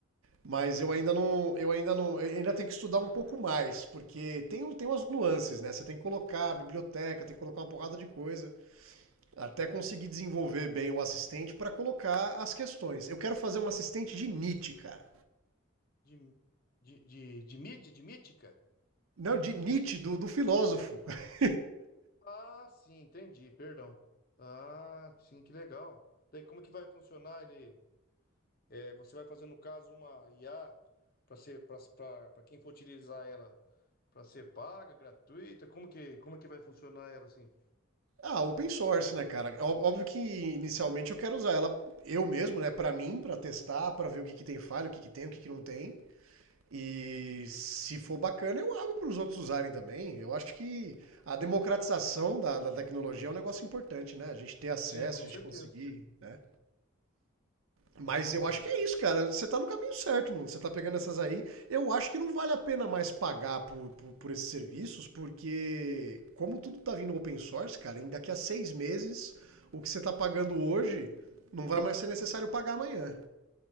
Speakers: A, on the right; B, on the left.
A: Mas eu ainda não, eu ainda não, eu ainda tenho que estudar um pouco mais, porque tem, um- tem umas nuances, né? Você tem que colocar a biblioteca, tem que colocar uma porrada de coisa, até conseguir desenvolver bem o assistente para colocar as questões. Eu quero fazer um assistente de Nietzsche, cara.
B: De, de, de, de mídia, de mítica?
A: Não, de Nietzsche, do, do filósofo. <laughs>
B: Ah, sim, entendi, perdão. Ah, sim, que legal. Daí como que vai funcionar ele? É, você vai fazer no caso uma IA para ser para quem for utilizar ela, para ser paga, gratuita, como que como que vai funcionar ela assim?
A: Ah, open source, né, cara? Ó- Óbvio que inicialmente eu quero usar ela eu mesmo, né, para mim, para testar, para ver o que que tem falha, o que que tem, o que que não tem. E se for bacana, eu abro para os outros usarem também. Eu acho que a democratização da, da tecnologia é um negócio importante, né? A gente ter acesso,
B: Sim, com
A: a gente
B: certeza.
A: conseguir, né? Mas
B: Com certeza.
A: eu acho que é isso, cara. Você tá no caminho certo, mano. Você tá pegando essas aí. Eu acho que não vale a pena mais pagar por, por, por esses serviços, porque como tudo tá vindo open source, cara, em daqui a seis meses, o que você tá pagando hoje não vai mais ser necessário pagar amanhã.